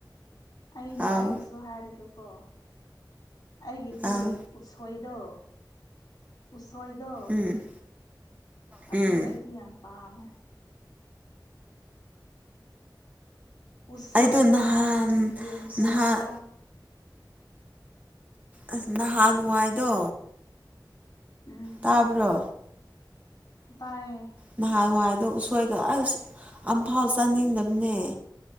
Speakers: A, on the left; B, on the right.
A: ꯑꯩꯅ
B: ꯑꯥꯎ
A: ꯑꯩꯒꯤꯁꯨ ꯍꯥꯏꯔꯒꯦꯀꯣ ꯑꯩꯒꯤꯗꯤ
B: ꯑꯥꯎ
A: ꯎꯁꯣꯏꯗꯣ ꯎꯁꯣꯏꯗꯣ
B: ꯎꯝ
A: ꯑꯗꯨ
B: ꯎꯝ
A: ꯑꯩꯗꯤ ꯌꯥꯝ ꯄꯥꯝꯃꯦ ꯎꯁꯣꯏꯒ
B: ꯑꯩꯗꯣ ꯅꯍꯥꯟ
A: ꯌꯦꯟ ꯊꯣꯡꯕꯗꯣ
B: ꯅꯍꯥꯟ ꯑꯁ ꯅꯍꯥꯟꯋꯥꯥꯏꯗꯣ
A: ꯎꯝ
B: ꯇꯥꯕ꯭ꯔꯣ
A: ꯇꯥꯏꯌꯦ
B: ꯅꯍꯥꯟꯋꯥꯏꯗꯣ ꯎꯁꯣꯏꯒ ꯑꯁ ꯑꯝꯐꯥꯎ ꯆꯥꯅꯤꯡꯗꯝꯅꯦ